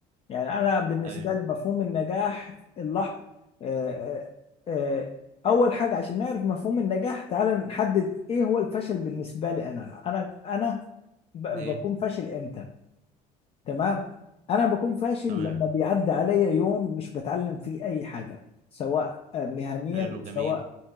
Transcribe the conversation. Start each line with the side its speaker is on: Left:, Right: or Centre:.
Left: يعني انا بالنسبه
Right: ايوه
Left: لي مفهوم النجاح اللح... آه، آه، آه، اول حاجه عشان نعرف مفهوم النجاح تعال نحدد ايه هو الفشل بالنسبه لي انا انا انا ب-
Right: ايه
Left: بكون فاشل امتى تمام انا بكون فاشل
Right: تمام
Left: لما بيعدي عليا يوم مش بتعلم فيه اي حاجه سواء آه، مهنيا
Right: حلو
Left: سواء
Right: جميل